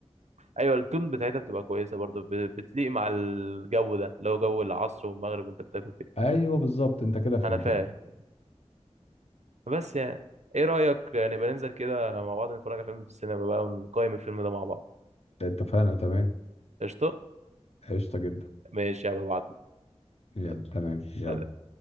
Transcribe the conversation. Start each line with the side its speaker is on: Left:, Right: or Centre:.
Right: ايوه التون بتاعتها بتبقى كويسه برضه ب- بتليق مع الجو ده اللي هو جو العصر والمغرب وانت بتاكل كده
Left: ايوه بالظبط انت كده فهمتني
Right: انا فاهم بس يعني ايه رايك نبقى ننزل كده مع بعض نتفرج على فيلم في السينما بقى ونقيم الفيلم ده مع بعض
Left: اتفقنا تمام
Right: قشطه
Left: قشطه جدا
Right: ماشي يا ببعت
Left: يعني
Right: يلا
Left: تمام يلا
Right: سلام.